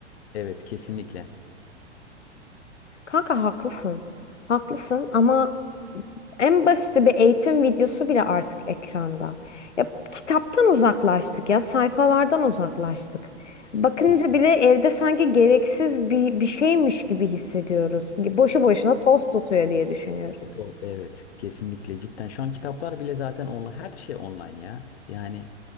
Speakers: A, on the left; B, on the left.
A: Evet, kesinlikle.
B: Kanka haklısın. Haklısın ama en basiti bir eğitim videosu bile artık ekranda. Ya kitaptan uzaklaştık ya, sayfalardan uzaklaştık. Bakınca
A: Kesin.
B: bile evde sanki gereksiz bir bir şeymiş gibi hissediyoruz. Boşu boşuna toz tutuyor diye düşünüyorum.
A: Kötü ol- Evet, kesinlikle cidden. Şu an kitaplar bile zaten online, her şey online ya. Yani